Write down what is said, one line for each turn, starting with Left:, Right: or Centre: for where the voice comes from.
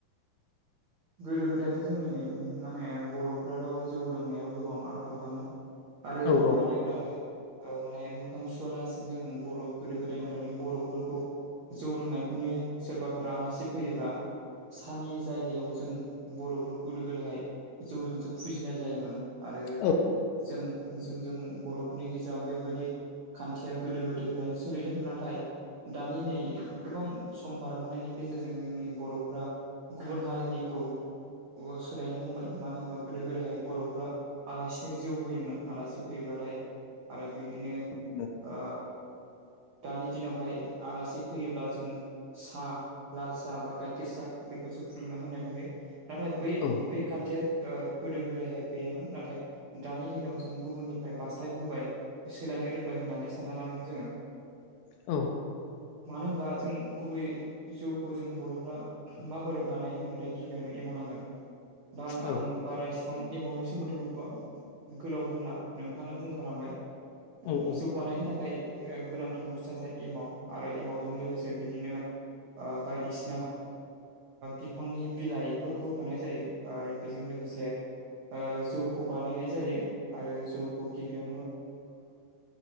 Right: गोदो गोदायथ' जोंनि उम माने बर'फ्राथ' जौ लोंनायाव गोबां आखा फाखामोन आरो
Left: औ
Right: अखानायब्लानो
Left: औ
Right: ओ माने मोखां सुवालासिनो जों बर' गोदो गोदायनिफ्रायनो बर'फोरखौ जौ लोंनायखौ नुयो सोरबाफोर आलासि फैयोब्रा सानि जायगायाव ज जों बर'फोर गोदो गोदायहाय जौजोंसो फुजिनाय जायोमोन आरो
Left: औ
Right: जों जों जों जों बर'फोरनि गेजेराव बैबादि खान्थिआ गोदो गोदायनिफ्रायनो सोलिदों नाथाय दानि नै गोबां सम बारबोनायनायनि गेजेरजों जोंनि बर'फ्रा गुबुन हारिनिखौ ओ सोलायनो ह'मबाय मानो होनबा गोदो गोदायहाय बर'फ्रा आलासिनो जौ होयोमोन आलासि फैयोब्लाथाय आरो बिदिनो
Left: उम
Right: ओ दानि दिनावहाय आलासि फैयोब्ला जों साहा लाल साहा बा गाइखेर साहा बेखौसो खुदुंना होनाय नुयो नाथाय बै
Left: औ
Right: बे खान्थिआ ओ गोदो गोदायहाय गैयामोन नाथाय दानि दिनाव जों गुबुननिफ्राय बास्लायबोबाय सोलायनो रोंबाय होननानै सानना लानांगोन जोङो
Left: औ
Right: मानो होनबा जों गुबै जौउखौ जों बर'फ्रा माबोरै बानायो होनाय आमफाय गिबिआवनो एमाव नांगोन दा आं
Left: औ
Right: आं बारा इसिबां एमाउनि सोमोन्दैखौ बा गोलाव बुंला नोंथांआनो बुंखालांबाय <unintelligible>
Left: औ औ
Right: बानायनो थाखाय गोनांथार बुस्थुआ ज एमाव आरो एमावजों लोगोसे बिदिनो बायदिसिना बिफांनि बिलाइफोरखौ होफानाय जायो आरो बेजों लोगोसे जौखौ बानायनाय जायो आरो जौखौ गिबियावनो